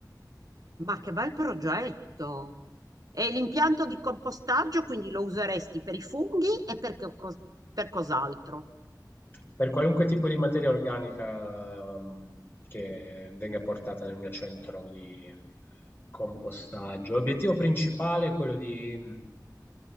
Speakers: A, on the right; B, on the left.
A: Ma che bel progetto! E l'impianto di compostaggio quindi lo useresti per i funghi e per, che cos- per cos'altro?
B: Per qualunque tipo di materia organica, ehm, che venga portata nel mio centro di compostaggio. L'obiettivo principale è quello di